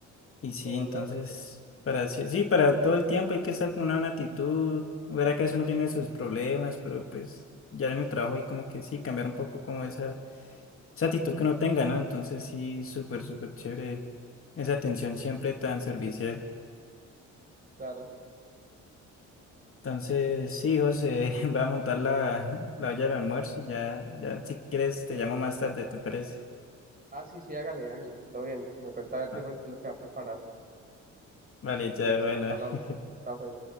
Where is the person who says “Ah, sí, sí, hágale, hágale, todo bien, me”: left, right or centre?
Right